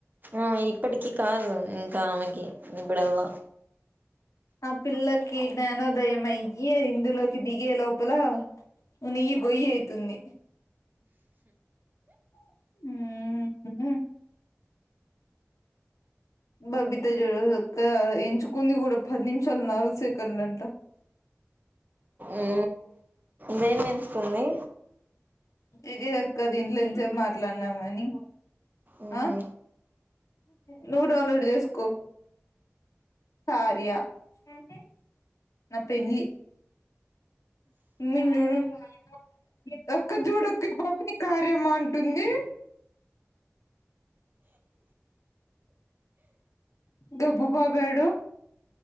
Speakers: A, on the right (about 35°); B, on the left (about 90°).
A: ఆ ఇప్పటికి కాదు ఇంకామెకి ఇప్పుడలా
B: ఆ పిల్లకి జ్ఞానోదయం అయ్యి ఆ ఇందులోకి దిగే లోపల ను నయ్య గొయ్యి అయితుంది హ బాబితజడు ఎంచుకుంది కూడా పది నిమిషాలు నాలుగు సెకండ్లు అంట
A: ఉ దేని కుంది
B: ఇదిక్క దీంట్లో ఎంసేపు మాట్లాడినామని
A: ఉహు
B: ఆ నువ్వు డౌన్లోడ్ చేసుకో కార్యా అంటే నా పెళ్లి <unintelligible> ఒక్క జూడకు పపిని కార్యమా అంటుంది గబ్బు పోపాడు